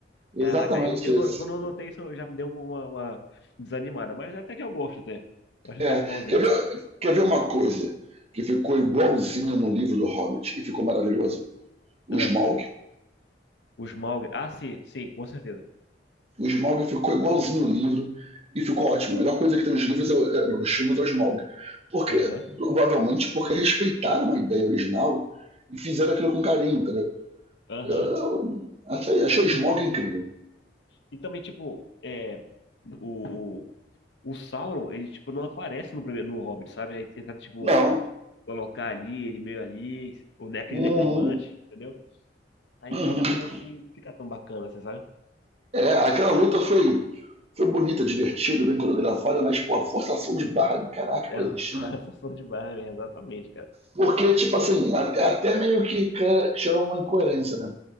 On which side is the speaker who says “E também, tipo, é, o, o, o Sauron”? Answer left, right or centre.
Left